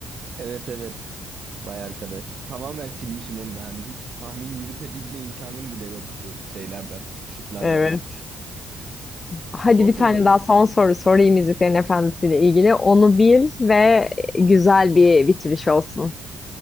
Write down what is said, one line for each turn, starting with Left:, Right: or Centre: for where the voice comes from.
Right: Evet evet. Vay arkadaş. Tamamen silmişim onu da. Hani hiç tahmin yürütebilme imkanım bile yoktu şeylerden, şıklardan.
Left: Evet. Hadi
Right: Son
Left: bir
Right: soruda
Left: tane
Right: mıyız?
Left: daha son soru sorayım Yüzüklerin Efendisi ile ilgili. Onu bil ve güzel bir bitiriş olsun.